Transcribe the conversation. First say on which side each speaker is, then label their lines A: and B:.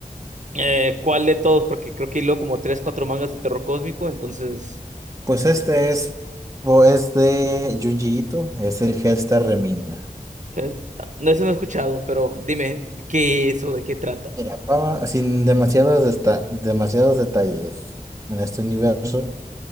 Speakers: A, on the right; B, on the right.
A: eh, ¿cuál de todos? Porque creo que hilo como tres, cuatro mangas de terror cósmico, entonces...
B: Pues este es, o es de Junji Ito, es el Gesta Remina.
A: ¿qué? No, ese no he escuchado, pero dime, ¿qué es o de qué trata?
B: Mira, Pava, sin demasiados, desta- demasiados detalles, en este universo,